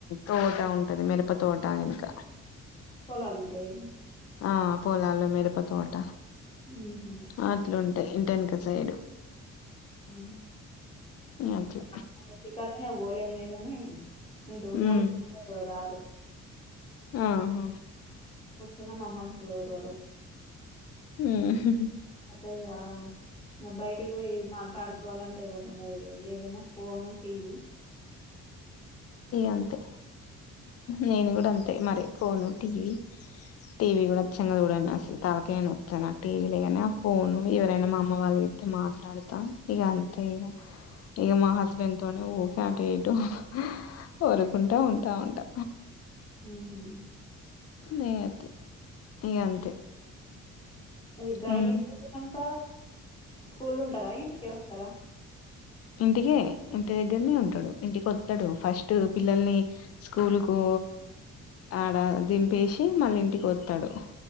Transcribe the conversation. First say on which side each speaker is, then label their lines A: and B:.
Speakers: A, on the left; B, on the left.
A: తోట ఉంటది మిరప తోట ఇంక
B: పోలాల్ ఉంటయి
A: ఆ పోలలు మీరప తోట
B: ఉహు
A: అట్లుంటాయ్ ఇంటెనక సైడు
B: ఆహ
A: అట్ల
B: <unintelligible>
A: ఉమ్
B: రారు
A: ఆహా
B: <unintelligible> మనుషులు ఎవరు లేరు
A: ఉ హు
B: <unintelligible> బయటికి పోయి మాట్లాడుకోవాలంటే ఎవరు ఉండరు ఏమైన ఫోను టీవీ
A: అంతే నేను కూడా అంతే మరి ఫోను టీవీ టీవీ కూడాచ్చంగా చూడను అసలు తలకాయ నొప్పి అ నాకు టీవీ లేగానే ఆ ఫోను ఎవరైనా మా అమ్మ వాళ్ళోత్తే మాట్లాడతా ఇక అంతే ఇక ఇక మా హస్బెండ్ తోనే ఊకే అటు ఇటు కోరుకుంటా ఉంటా ఉంటా
B: ఊహూ
A: న అది ఇగ అంతే
B: మీరు డ్రైవింగ్
A: మ్మ్
B: చేసినంక స్కూల్లో ఉంటారా ఇంటికి వస్తారా
A: ఇంటికే ఇంటి దగ్గరనే ఉంటడు ఇంటికి వత్తడు ఫస్ట్ పిల్లల్ని స్కూల్ కు ఆడ దింపేసి మళ్ళ ఇంటికి వస్తాడు